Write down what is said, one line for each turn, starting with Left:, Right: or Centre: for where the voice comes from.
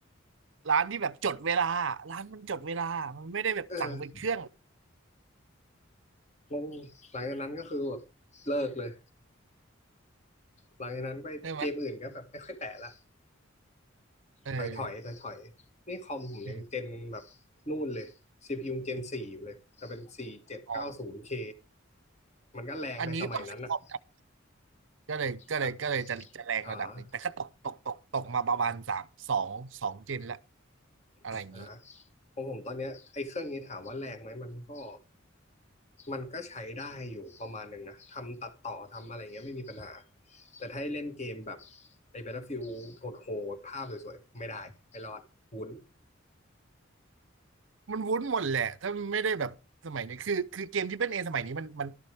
Right: ร้านที่แบบจดเวลาร้านมันจดเวลามันไม่ได้แบบสั่งเป็นเครื่อง
Left: เอองง หลังจากนั้นก็คือแบบเลิกเลย หลังจากนั้นไปเกมอื่นก็แบบไม่ค่อยแตะละ
Right: ใช่ไหมเออ
Left: ถอยถอยถอยถอยๆ นี่คอมผมยังเจนแบบนู่นเลยซีพียูเจนสี่อยู่เลยแต่เป็นสี่เจ็ดเก้าศูนย์เค
Right: เอออ๋อ
Left: มันก็แรงในสมัยนั้นอ่ะ
Right: อันนี้ต้องใช้คอมครับก็เลยก็เลยก็เลยจะจะแรงระดับหนึ่งแต่ก็ตกตกตกตกมาประมาณสามสองสองเจนละ
Left: อ่า
Right: อะไรอย่างนี้
Left: อ่าของผมตอนเนี้ยไอ้เครื่องนี้ถามว่าแรงไหมมันก็ มันก็ใช้ได้อยู่ประมาณหนึ่งนะ ทำตัดต่อทำอะไรเงี้ยไม่มีปัญหา แต่ถ้าให้เล่นเกมแบบไอ้ Battlefield โหดๆภาพสวยๆไม่ได้ไม่รอดวุ้น
Right: มันวุ้นหมดแหละถ้าไม่ได้แบบสมัยนี้คือคือเกมที่เป็นเอสมัยนี้มันมัน